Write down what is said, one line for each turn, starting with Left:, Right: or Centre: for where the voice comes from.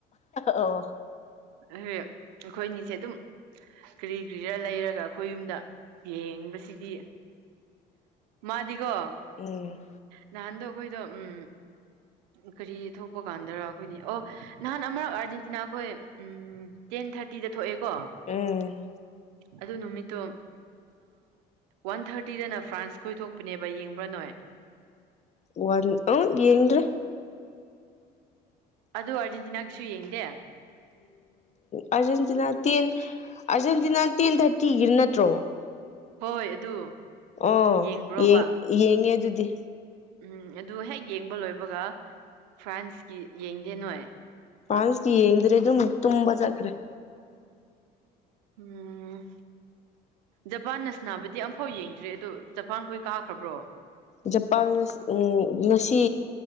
Left: ꯑꯣ
Right: ꯑꯩꯈꯣꯏꯅꯤꯁꯦ ꯑꯗꯨꯝ ꯀꯔꯤ ꯀꯔꯤꯔ ꯂꯩꯔꯒ ꯑꯩꯈꯣꯏ ꯌꯨꯝꯗ ꯌꯦꯡꯕꯁꯤꯗꯤ ꯃꯥꯗꯤꯒꯣ
Left: ꯎꯝ
Right: ꯅꯍꯥꯟꯗꯣ ꯑꯩꯈꯣꯏꯗ ꯎꯝ ꯀꯔꯤ ꯊꯣꯛꯄ ꯀꯥꯟꯗꯔ ꯑꯩꯈꯣꯏꯅꯤ ꯑꯣ ꯅꯍꯥꯟ ꯑꯃꯔꯛ ꯑꯥꯔꯖꯦꯟꯇꯤꯅꯥ ꯑꯩꯈꯣꯏ ꯎꯝ ꯇꯦꯟ ꯊꯥꯔꯇꯤꯗ ꯊꯣꯛꯑꯦꯀꯣ
Left: ꯎꯝ
Right: ꯑꯗꯨ ꯅꯨꯃꯤꯠꯇꯣ ꯋꯥꯟ ꯊꯥꯔꯇꯤꯗꯅ ꯐ꯭ꯔꯥꯟꯁ ꯈꯣꯏꯊꯣꯛꯄꯅꯦꯕ ꯌꯦꯡꯕ꯭ꯔꯥ ꯅꯣꯏ
Left: ꯋꯥꯟ ꯑ ꯌꯦꯟꯗ꯭ꯔꯤ
Right: ꯑꯗꯨ ꯑꯥꯔꯖꯦꯟꯇꯤꯅꯥꯒꯤꯁꯨ ꯌꯦꯡꯗꯦ
Left: ꯑꯥꯔꯖꯦꯟꯇꯤꯅꯥ ꯇꯦꯟ ꯑꯥꯔꯖꯦꯟꯇꯤꯅꯥ ꯇꯦꯟ ꯊꯥꯔꯇꯤꯒꯤꯔ ꯅꯠꯇ꯭ꯔꯣ
Right: ꯍꯣꯏ ꯑꯗꯨ
Left: ꯑꯣ
Right: ꯌꯦꯡꯕ꯭ꯔꯣꯕ
Left: ꯌꯦꯡ ꯌꯦꯡꯉꯦ ꯑꯗꯨꯗꯤ
Right: ꯎꯝ ꯑꯗꯨ ꯍꯦꯛ ꯌꯦꯡꯕ ꯂꯣꯏꯕꯒ ꯐ꯭ꯔꯥꯟꯁꯀꯤ ꯌꯦꯡꯗꯦ ꯅꯣꯏ
Left: ꯐꯥꯟꯁꯀꯤ ꯌꯦꯡꯗ꯭ꯔꯦ ꯑꯗꯨꯝ ꯇꯨꯝꯕ ꯆꯠꯈ꯭ꯔꯦ
Right: ꯎꯝ ꯖꯄꯥꯟꯅꯁꯅꯥꯕꯨꯗꯤ ꯑꯝꯐꯥꯎ ꯌꯦꯡꯗ꯭ꯔꯦ ꯑꯗꯣ ꯖꯄꯥꯟꯈꯣꯏ ꯀꯥꯈ꯭ꯔꯕ꯭ꯔꯣ
Left: ꯖꯄꯥꯟ ꯎꯝ ꯉꯁꯤ